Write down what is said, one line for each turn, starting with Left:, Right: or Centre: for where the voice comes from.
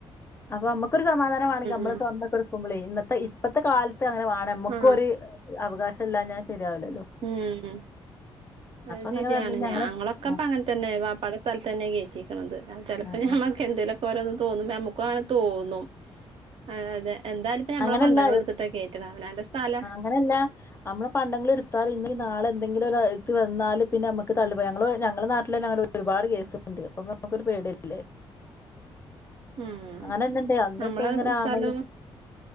Left: അപ്പൊ അമ്മക്കൊരു സമാധാനം വാണെങ്കി അമ്മളെ
Right: ഉം
Left: സ്വർണൊക്കെ എടുക്കുമ്പളേ ഇന്നത്തെ ഇപ്പത്തൊ കാലത്ത് അങ്ങനെ വാണം ഞമ്മക്കൊര്
Right: ആഹ്
Left: അവകാശല്ലാഞ്ഞാ ശരിയാവില്ലല്ലോ
Right: ഉം അത്
Left: അങ്ങനെ
Right: ശരിയാണ്
Left: പറഞ്ഞ് ഞങ്ങള്
Right: ഞങ്ങളൊക്കെപ്പങ്ങന
Left: ആഹ്
Right: തന്നെ വാപ്പാടെ സ്ഥലത്തന്നെ കേറ്റിക്കണത് ചെലപ്പോ
Left: ആഹ്
Right: ഞമ്മക്കെന്തെലൊ ഓരോന്ന് തോന്നുമ്പൊ ഞമ്മക്കും അങ്ങനെ തോന്നും ആഹ് അതെ എന്തായാലുപ്പം ഞമ്മളെ
Left: അങ്ങനല്ല
Right: പണ്ടങ്ങളെടുത്തിട്ട കേറ്റ്ണെ അവനാന്റെ സ്ഥല
Left: അതല്ല അമ്മളെ പണ്ടങ്ങള് എടുത്താലും ഇന്നല്ലെ നാളെ എന്തെങ്കിലും ഒരിത് വന്നാല് പിന്നെ അമ്മക്ക് തള്ള് ഇപ്പൊ ഞങ്ങള് ഞങ്ങളെ നാട്ടിലങ്ങനൊ ഒരുപാട് കേസ്ണ്ട് അപ്പൊ ഞമ്മക്കൊരു പേടിയല്ലേ
Right: ഉം
Left: അങ്ങനൊന്ന്ണ്ട് അന്ന്പ്പങ്ങനെ
Right: നമ്മളെ സ്ഥലവും
Left: ആങ്ങള